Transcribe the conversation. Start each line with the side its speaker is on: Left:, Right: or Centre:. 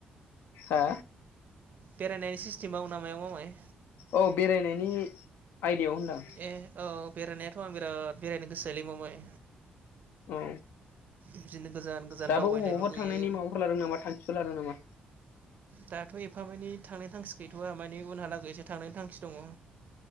Left: हा?
Right: बेरायनायनि सिस्टेमाव ना मायाव मामाय?
Left: औ बेरायनायनि आयदायाव होनदां
Right: ए औ बेराय नायाथ'आं‌ बिराद बेरायनो गोसोलै मामाय।
Left: औ
Right: बिदिनो गोजान गोजान
Left: दाबो
Right: दावबायनो
Left: अबावबा
Right: लुबैयो
Left: थांनायनि माबाफोर लादों नामा थांखिफोर लादों नामा?
Right: दाथ' एफा मानि थांनाय थांखि गैथ'वा माने उनहालागै लोगोसे थांनायनि थांखि दङ।